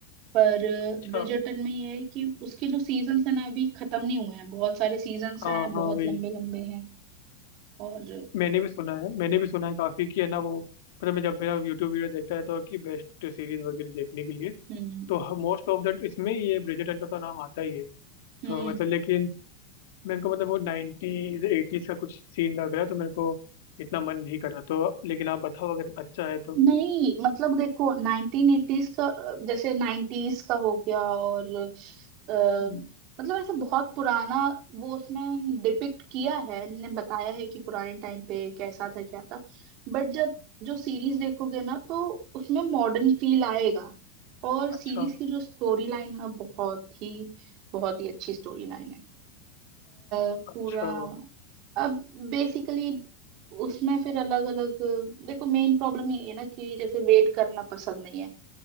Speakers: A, on the right (about 40°); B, on the left (about 65°).
A: पर
B: अच्छा
A: ब्रिजर्टन में ये है कि उसके जो सीजन्स हैं ना अभी खत्म नहीं हुए हैं बहुत सारे सीजन्स
B: हाँ
A: हैं बहुत
B: हाँ वही
A: लंबे लंबे हैं और
B: मैंने भी सुना है मैंने भी सुना है काफी कि है ना वो मतलब मैं जब मेरा यूट्यूब वीडियो देखता रहता हूँ कि बेस्ट सीरीज वगैरह देखने के लिए
A: हम्म
B: तो मोस्ट ऑफ दैट इसमें ये ब्रिजर्टन का तो नाम आता ही है
A: हम्म
B: तो मतलब लेकिन मेरे को मतलब वो नाइन्टीज एटीज का कुछ सीन लग रहा है तो मेरे को इतना मन नहीं कर रहा तो लेकिन आप बताओ अगर अच्छा है तो
A: नहीं मतलब देखो नाइनटीन एटीज का अ, जैसे नाइन्टीज का हो गया और अ,
B: हम्म,
A: मतलब ऐसा बहुत पुराना वो उसमें डिपिक्ट किया है ने बताया है कि पुराने टाइम पे कैसा था क्या था बट जब जो सीरीज देखोगे ना तो उसमें मॉडर्न फील आएगा और सीरीज
B: अच्छा
A: की जो स्टोरी लाइन ना बहुत ही बहुत ही अच्छी स्टोरी लाइन है अ,
B: अच्छा
A: पूरा अब बेसिकली उसमें फिर अलग अलग देखो मेन प्रॉब्लम ये है ना कि जैसे वेट करना पसंद नहीं है